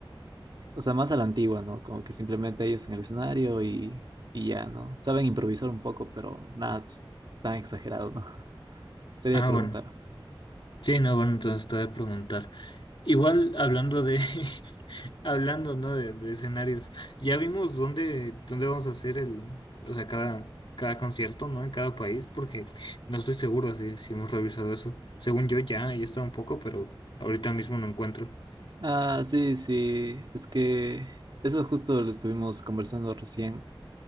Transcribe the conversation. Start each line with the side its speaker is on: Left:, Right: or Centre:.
Right: o sea, más a la antigua, ¿no? Como que simplemente ellos en el escenario y, y ya, ¿no? Saben improvisar un poco, pero nada es tan exagerado, ¿no? <laughs> Sería
Left: Ah,
Right: preguntar.
Left: bueno. Sí, no, bueno, entonces te voy a preguntar. Igual hablando de, <laughs> hablando, ¿no? De, de escenarios, ya vimos dónde, dónde vamos a hacer el, o sea, cada, cada concierto, ¿no? En cada país, porque no estoy seguro si, si hemos revisado eso. Según yo ya, ya está un poco, pero ahorita mismo no encuentro.
Right: Ah, sí, sí, es que eso justo lo estuvimos conversando recién,